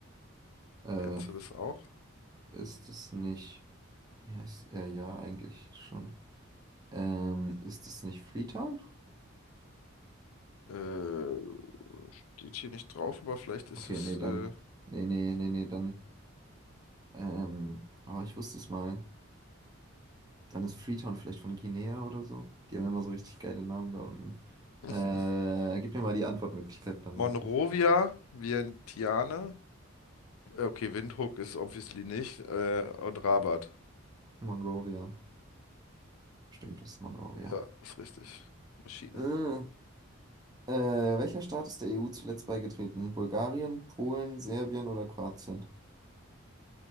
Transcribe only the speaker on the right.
Äh,
ist es nicht, wie heißt, ja, ja, eigentlich schon. Ähm, ist es nicht Freetown?
Okay,
nee, dann,
nee, nee, nee, nee, dann, ähm, oh, ich wusste es mal. Dann ist Freetown vielleicht von Guinea oder so. Die haben immer so richtig geile Namen da unten.
Äh, gib mir mal die Antwortmöglichkeit, dann
weiß ich es.
Monrovia. Stimmt, das ist Monrovia.
Äh. Äh, welcher Staat ist der EU zuletzt beigetreten? Bulgarien, Polen, Serbien oder Kroatien?